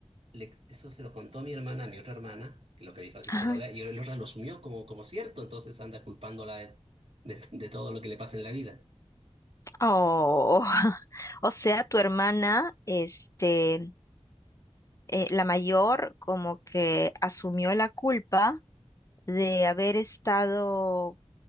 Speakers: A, on the right; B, on the left.
A: le- eso se lo contó mi hermana, a mi otra hermana, que lo que dijo la psicóloga,
B: ajá.
A: y la otra lo asumió como, como cierto, entonces anda culpándola de, de, de todo lo que le pasa en la vida.
B: Oh, <laughs> o sea, tu hermana, este, eh, la mayor, como que asumió la culpa de haber estado,